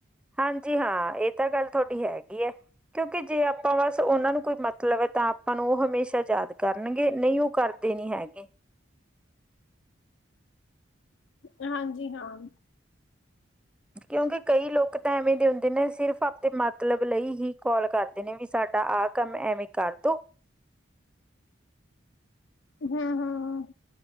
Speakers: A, in the centre; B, on the left.
A: ਹਾਂਜੀ ਹਾਂ ਇਹ ਤਾਂ ਗੱਲ ਤੁਹਾਡੀ ਹੈਗੀ ਐ। ਕਿਉਕਿ ਜੇ ਆਪਾਂ ਬਸ ਉਹਨਾਂ ਨੂੰ ਕੋਈ ਮਤਲਬ ਐ ਤਾਂ ਆਪਾਂ ਨੂੰ ਉਹ ਹਮੇਸ਼ਾ ਯਾਦ ਕਰਨਗੇ ਨਹੀਂ ਉਹ ਕਰ ਦੇ ਨਹੀਂ ਹੈਗੇ।
B: ਹਾਂਜੀ ਹਾਂ।
A: ਕਿਉਂਕਿ ਕਈ ਲੋਕ ਤਾਂ ਐਵੇਂ ਦੇ ਹੁੰਦੇ ਨੇ ਸਿਰਫ਼ ਆਪਣੇ ਮਤਲਬ ਲਈ ਹੀ ਕੋਲ ਕਰ- ਕਰਦੇ ਨੇ ਵੀ ਸਾਡਾ ਆਹ ਕੰਮ ਐਵੇਂ ਕਰਦੋ।
B: ਹੂ-ਹੂ